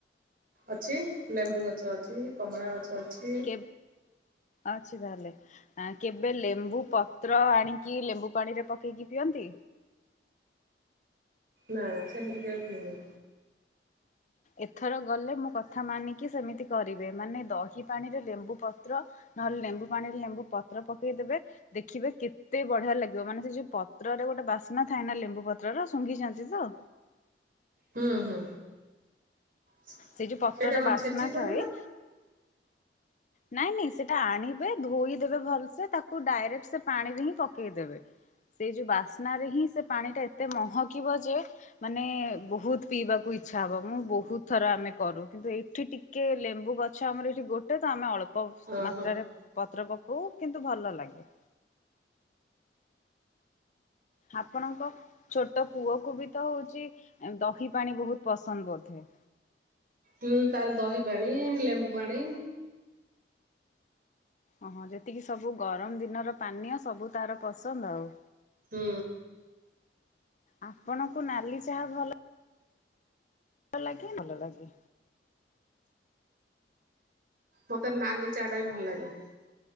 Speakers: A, on the right; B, on the left.
A: ଅଛି ଲେମ୍ବୁ ଗଛ ଅଛି କମଳା ଗଛ ଅଛି।
B: କେ ଅଛି ତାହେଲେ। କେବେ ଲେମ୍ବୁ ପତ୍ର ଆଣିକି ଲେମ୍ବୁ ପାଣିରେ ପକେଇକି ପିଅନ୍ତି?
A: ନା ସେମିତି କେବେ ପିଇନି।
B: ଏଥର ଗଲେ ମୋ କଥା ମାନିକି ସେମିତି କରିବେ ମାନେ ଦହି ପାଣିରେ ଲେମ୍ବୁ ପତ୍ର ନହେଲେ ଲେମ୍ବୁ ପାଣିରେ ଲେମ୍ବୁ ପତ୍ର ପକେଇଦେବେ ଦେଖିବେ କେତେ ବଢିଆ ଲାଗିବ ମାନେ ସେ ଯୋଉ ପତ୍ରରେ ଗୋଟେ ବାସ୍ନା ଥାଏ ନା ଲେମ୍ବୁ ପ ତ୍ରର ଶୁଙ୍ଘିଚନ୍ତି ତ?
A: ହୁଁ ହୁଁ ସେଇଟା
B: ସେଇ ଯୋଉ ପତ୍ରର
A: କଣ
B: ବାସ୍ନା
A: ଛେଚିକି ପଡିବ
B: ଥାଏ
A: ନା?
B: ନାଇଁ ନାଇଁ ସେଟା ଆଣିବେ ଧୋଇଦେବେ ଭଲସେ ତାକୁ ଡାଇରେକ୍ଟ ସେ ପାଣିରେ ହିଁ ପକେଇଦେବେ। ସେଇ ଯୋଉ ବାସ୍ନାରେ ହିଁ ସେ ପାଣି ଟା ଏତେ ମହକିବ ଯେ ମାନେ ବହୁତୁ ପିଇବାକୁ ଇଚ୍ଛା ହବ ମୁଁ ବହୁତୁ ଥର ଆମେ କରୁ କିନ୍ତୁ ଏଠି ଟିକେ ଲେମ୍ବୁ ଗଛ ଆମର ଏଠି ଗୋଟେ ତ ଆମେ ଅଳ୍ପ
A: ଓହୋ
B: ମାତ୍ରାରେ ପତ୍ର ପକଉ କିନ୍ତୁ ଭଲ ଲାଗେ। ଆପଣଙ୍କ ଛୋଟ ପୁଅ କୁ ବି ତ ହଉଛି ଦହି ପାଣି ବହୁତ ପସନ୍ଦ ବୋଧେ।
A: ହୁଁ, ତାର ଦହି ପାଣି, ଲେମ୍ବୁ ପାଣି
B: ଓହଁ ଯେତିକି ସବୁ ଗରମ ଦିନର ପାନୀୟ ସବୁ ତାର ପସନ୍ଦ ଆଉ।
A: ହୁଁ।
B: ଆପଣଙ୍କୁ ନାଲି ଚାହା ଭଲ ଭଲ ଲାଗେ ଭଲ ଲାଗେ।
A: ମତେ ନାଲି ଚା ଟା ବି ଭଲ ଲାଗେ।